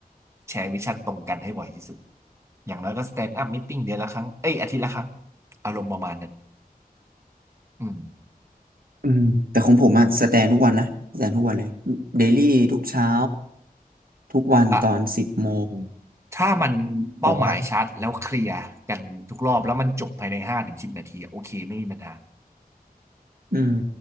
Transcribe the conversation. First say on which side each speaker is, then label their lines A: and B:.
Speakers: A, on the right; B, on the right.
A: แชร์วิชั่นตรงกันให้บ่อยที่สุดอย่างน้อยก็สแตนด์อัพม t ติ้งเดือนละครั้งเอ้ยอาทิตย์ละครั้งอารมณ์ประมาณนั้นอืม
B: อืมแต่ของผมอะสแตนทุกวันนะสแตนทุกวันเลยเดลี่ทุกเช้าทุกวันตอนสิบโมง
A: อ่ะถ้ามันเป้าหมายชัดแล้วเคลียร์กันทุกรอบแล้วมันจบภายในห้าถึงสิบนาทีโอเคไม่มีปัญหา
B: แต่ว่าอืม